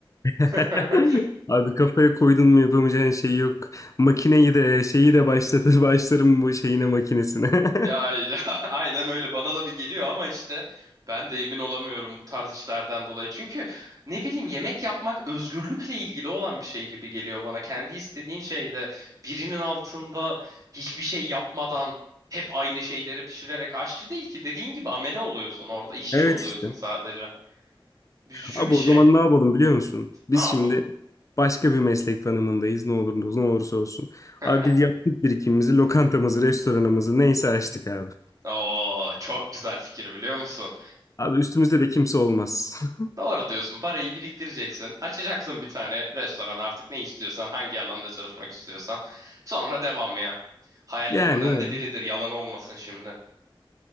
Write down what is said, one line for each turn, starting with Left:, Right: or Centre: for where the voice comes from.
Left: <laughs>
Right: <laughs>
Left: Abi kafaya koydun mu yapamayacağın şey yok. Makineyi de şeyi de başlatır başlarım bu şeyine makinesine.
Right: Ya
Left: <laughs>
Right: <laughs> aynen öyle bana da bir geliyor ama işte ben de emin olamıyorum bu tarz işlerden dolayı. Çünkü ne bileyim yemek yapmak özgürlükle ilgili olan bir şey gibi geliyor bana. Kendi istediğin şeyde birinin altında hiçbir şey yapmadan hep aynı şeyleri pişirerek aşçı değil ki dediğin gibi amele oluyorsun orada işçi
Left: Evet
Right: oluyorsun
Left: işte.
Right: sadece. Üzücü
Left: Abi
Right: bir şey.
Left: o zaman ne yapalım biliyor musun? Biz
Right: Ne yapalım?
Left: şimdi başka bir meslek tanımındayız ne oluruz ne olursa olsun.
Right: <laughs>
Left: Abi biz yaptık birikimimizi, lokantamızı, restoranımızı neyse açtık abi.
Right: Oo çok güzel fikir biliyor musun?
Left: Abi üstümüzde de kimse olmaz. <laughs>
Right: Doğru diyorsun. Parayı biriktireceksin. Açacaksın bir tane restoran artık ne istiyorsan, hangi alanda çalışmak istiyorsan. Sonra devam ya. Hayallerimden
Left: Yani öyle.
Right: de biridir. Yalan olmasın şimdi.